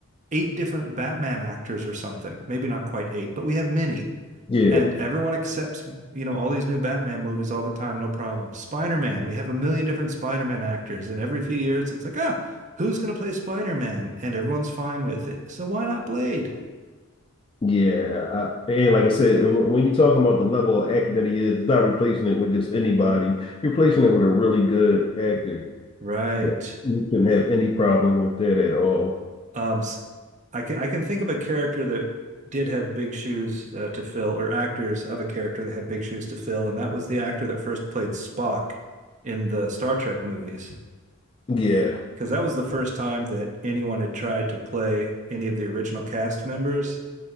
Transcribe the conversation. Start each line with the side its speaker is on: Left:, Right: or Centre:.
Right: eight different Batman actors or something. Maybe not quite eight, but we have many.
Left: Yeah,
Right: and everyone accepts you know all these new batman movies all the time no problem spider-man we have a million different spider-man actors and every few years it's like ah who's going to play spider-man and everyone's fine with it so why not blade
Left: yeah. I, and like I said, and when when you're talking about the level of act that he is, it's not replacing it with just anybody. You're replacing it with a really good actor.
Right: right
Left: Yeah. You shouldn't have any problem with that at all.
Right: um i can i can think of a character that did have big shoes uh, to fill or actors of a character that had big shoes to fill and that was the actor that first played spock in the star trek movies
Left: Yeah,
Right: because that was the first time that anyone had tried to play any of the original cast members